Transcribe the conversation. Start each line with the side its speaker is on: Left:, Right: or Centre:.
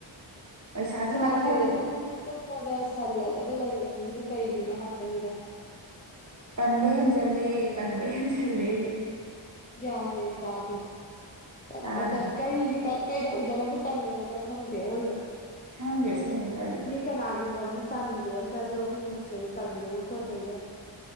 Right: ꯄꯩꯁꯥꯒꯤ
Left: ꯏꯁꯥꯁꯦ
Right: ꯃꯊꯧꯅꯦ
Left: ꯑꯗꯨꯝ ꯇꯨꯝꯃꯒ ꯁꯜꯂꯒꯗ ꯂꯩꯅꯤꯡꯉꯤꯁꯤꯕꯨ ꯀꯩꯒꯤꯅꯣ ꯍꯥꯏꯕꯅꯤꯗ
Right: ꯇꯟꯕ ꯍꯦꯟꯖꯜꯂꯦ ꯇꯟꯕ ꯍꯦꯟꯖꯜꯂꯦ
Left: ꯒ꯭ꯌꯥꯟ ꯃꯦꯟ ꯇꯥꯗꯦ ꯇꯟꯕꯇ
Right: ꯇꯥꯗꯦ
Left: ꯀꯔꯤꯒꯤ ꯇ ꯀꯩꯗꯧꯗꯅꯕꯨ ꯇꯟꯅꯤꯡꯉꯤꯅꯣ ꯈꯪꯗꯦ ꯑꯑꯣꯏꯕ
Right: ꯁꯪꯗꯦ ꯑꯁꯦꯡꯕ ꯀꯔꯤ
Left: ꯃꯤ ꯀꯅꯥꯒꯨꯝꯕ ꯑꯃꯅ ꯇꯟꯗꯦ ꯑꯝꯇ ꯑꯗꯨꯒ ꯑꯩꯈꯣꯏꯅ ꯃꯁꯤꯗꯩꯗ ꯇꯟꯗꯣꯏꯒ ꯈꯣꯠꯇꯣꯏꯒ